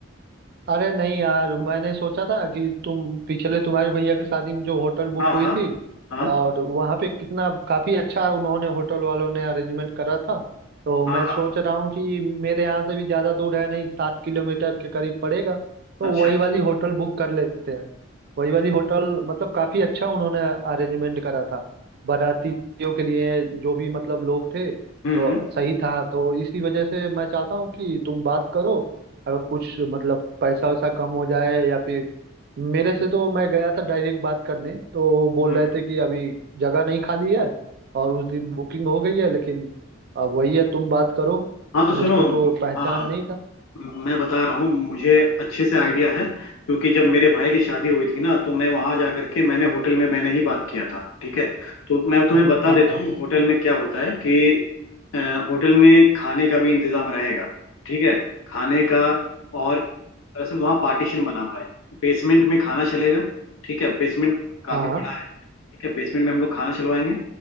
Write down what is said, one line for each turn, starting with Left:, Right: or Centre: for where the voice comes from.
Right: अरे नहीं यार मैंने सोचा था कि तुम पिछले तुम्हारे भैया की शादी में जो होटल बुक
Left: हाँ
Right: हुई
Left: हाँ
Right: थी
Left: हाँ
Right: और वहाँ पे कितना काफी अच्छा उन्होंने होटल वालों ने अरेंजमेंट करा था तो मैं
Left: हाँ
Right: सोच
Left: हाँ
Right: रहा हूँ कि मेरे यहाँ से भी ज्यादा दूर है नहीं सात किलोमीटर के करीब पड़ेगा तो
Left: अच्छा
Right: वही
Left: अच्छा
Right: वाली होटल बुक कर लेते हैं वही वाली होटल मतलब काफी अच्छा उन्होंने अरेंजमेंट करा था बारातियों के लिए जो भी मतलब लोग थे तो
Left: हम्म हम्म हम्म।
Right: सही था तो इसी वजह से मैं चाहता हूँ कि तुम बात करो अगर कुछ मतलब पैसा वैसा कम हो जाए या फिर मेरे से तो मैं गया था डायरेक्ट बात करने तो बोल
Left: हम्म।
Right: रहे थे कि अभी जगह नहीं खाली है और उस दिन बुकिंग हो गई है लेकिन अब वही है तुम बात करो
Left: हाँ तो
Right: मुझको
Left: सुनो
Right: तो पहचान
Left: हाँ
Right: नहीं था
Left: मैं बता रहा हूँ मुझे अच्छे से आइडिया है क्योंकि जब मेरे भाई की शादी हुई थी ना तो मैं वहां जा करके मैंने होटल में मैंने ही बात किया था ठीक है तो मैं तुम्हें
Right: हाँ
Left: बता
Right: हाँ
Left: देता हूँ होटल में क्या होता है कि अ, होटल में खाने का भी इंतजाम रहेगा ठीक है खाने का और दरअसल वहाँ पार्टीशन बना हुआ है बेसमेंट में खाना चलेगा ठीक है बेसमेंट काफी
Right: हाँ
Left: बड़ा है ठीक है बेसमेंट में हम लोग खाना चलवाएंगे